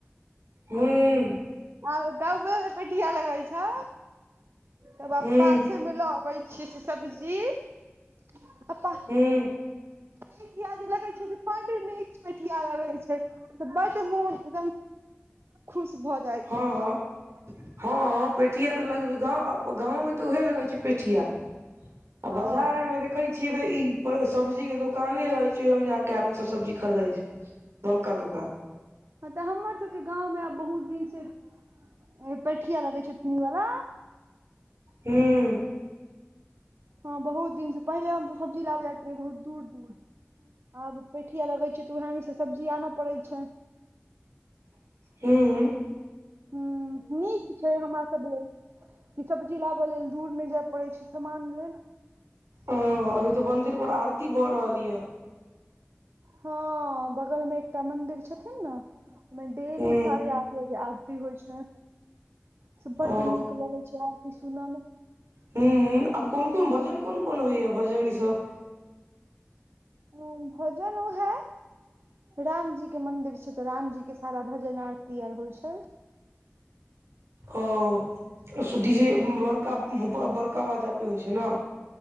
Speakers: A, on the right; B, on the right.
A: हूँ
B: आब गाँवे मे पेठिया लगै छै तऽ वैह
A: हूँ
B: पासे मे लऽ आबै छीयै से सब्जी आ पा
A: हूँ
B: पेठिया जे लगैत छै से बड्ड नीक पेठिया लगै छै से बड्ड मोन एकदम खुश भऽ जाइ
A: हँ
B: छै
A: हँ पेठिया तऽ लगबै गव गाँवमे तऽ उएहे लगै छै पेठिया आ
B: हँ
A: बजारमे <unintelligible> देखै छियै तऽ ई सब्जी केँ दोकाने रहै छै ओहि मे जाकेँ आदमी सब सब्जी खरीदे छै बरका दोकान
B: हँ तऽ हमर सब केँ गाँवमे आब बहुत दिन से ऐ पेठिया लगै छै फिंग वला
A: हूँ
B: हँ बहुत दिन से पहिले हम त सब्जी लाबे जाइत रहैये बहुत दूर दूर आब पेठिया लगे छै तऽ बहि मे से सब्जी आनऽ पड़ैत छै
A: हूँ
B: हूँ नीक छै हमर सब लेल ई सबजी लबैय लेल दूर नहि जाय पड़ै छै सामान लेलू
A: हँ अभि तऽ मंदिर पर आरती भऽ रहल यऽ
B: हँ बगलमे एकटा मंदिर छथिन नऽ ओदिये
A: हूं
B: डली साढ़े आठ बजे आरती होइ छै से बड्ड
A: ओ
B: नीक लगै छै आरती सुनऽ मे
A: हूँ आ कोन कोन भजन कोन कोन होइ य भजन ईसभ
B: हँ भजन उहै रामजी केँ मंदिर छै तऽ रामजी केँ सारा भजन आरती आर होइ छै
A: ओ सु डी जे बड़का बड़का बाजा पे होइ छै नऽ